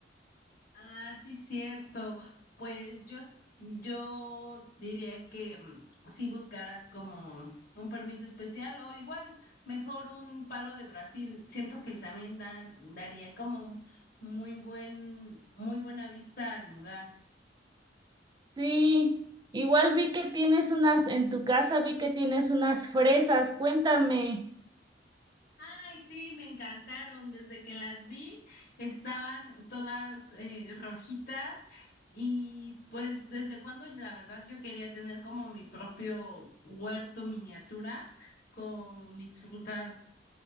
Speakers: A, on the left; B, on the right.
A: Ah, sí, cierto. Pues yo, s- yo diría que mm, si buscaras como un permiso especial o igual, mejor un palo de Brasil. Siento que también da- daría como un muy buen, muy buena vista al lugar.
B: Sí, igual vi que tienes unas en tu casa, vi que tienes unas fresas. Cuéntame.
A: Ay, sí, me encantaron. Desde que las vi, estaban todas eh, rojitas y pues desde cuando la verdad yo quería tener como mi propio huerto miniatura con mis frutas,